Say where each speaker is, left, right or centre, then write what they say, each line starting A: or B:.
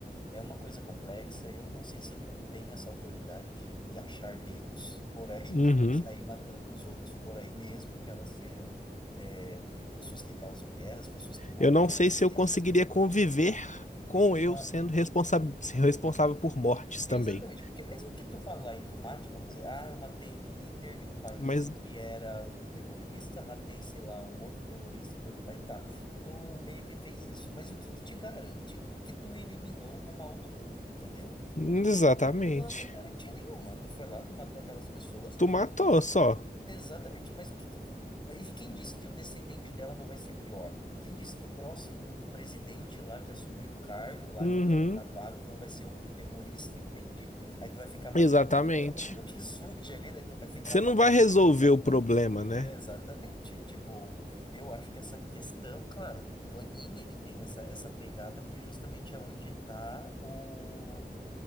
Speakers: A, on the left; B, on the left.
A: É uma coisa complexa, eu não sei se eu tenho essa autoridade de me achar Deus por aí
B: Uhum.
A: e sair matando os outros por aí, mesmo que elas sejam, é, pessoas que causam guerras, pessoas que matam,
B: Eu não sei
A: não
B: se
A: sei.
B: eu conseguiria conviver com eu
A: Ah,
B: sendo responsa- responsável por mortes
A: Exatamente,
B: também.
A: porque mesmo que tu falar em tu mate, vamos dizer, ah, eu matei o líder de um país
B: Mas,
A: que era um terrorista, matei, sei lá, um outro terrorista de outro país, tá, tu meio que fez isso, mas o que que te garante que tu eliminou o mal do mundo, entendeu?
B: exatamente.
A: Tu não tem garantia nenhuma, tu foi lá, tu matou aquelas pessoas,
B: Tu matou só.
A: Exatamente, mas o que que, mas e quem disse que o descendente dela não vai ser pior? Quem disse que o próximo presidente lá que assumiu o cargo, lá
B: Uhum.
A: que agora tá vago, não vai ser outro terrorista, entende? Aí tu vai ficar matando
B: Exatamente.
A: <laughs> todo mundo que surge ali, daí tu vai ficar
B: Você
A: matando,
B: não vai resolver
A: matando, matando.
B: o problema, né?
A: Exatamente. Tipo, eu acho que essa questão, claro, o anime ele tem essa, essa pegada porque justamente é onde tá o